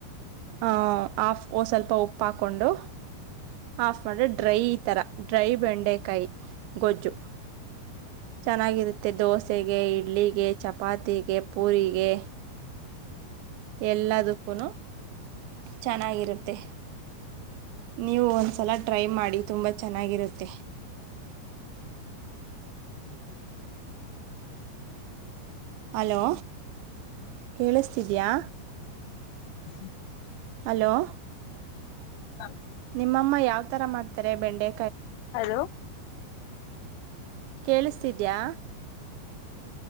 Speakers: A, on the right (about 75°); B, on the left (about 85°).
A: ಹ ಆಫ್ ಸ್ವಲ್ಪ ಉಪ್ಪ ಹಾಕೊಂಡು ಆಫ್ ಮಾಡ್ರೆ ಡ್ರೈ ಈ ತರ ಡ್ರೈ ಬೆಂಡೆಕಾಯಿ ಗೊಜ್ಜು ಚೆನ್ನಾಗಿರುತ್ತೆ ದೋಸೆಗೆ ಇಡ್ಲಿಗೆ ಚಪಾತಿಗೆ ಪೂರಿಗೆ ಎಲ್ಲದಕ್ಕೂ ಚೆನ್ನಾಗಿರುತ್ತೆ ನೀವು ಒಂದ್ಸಲ ಟ್ರೈ ಮಾಡಿ ತುಂಬಾ ಚೆನ್ನಾಗಿರುತ್ತೆ ಅಲೋ ಕೇಳಿಸ್ತಿದ್ಯಾ
B: ಹ
A: ಹಲೋ
B: ಹ
A: ನಿಮ್ಮಮ್ಮ ಯಾವ್ ತರ ಮಾಡ್ತಾರೆ ಬೆಂಡೆ
B: ಹಲೋ
A: ಕೇಳಿಸ್ತಿದ್ಯಾ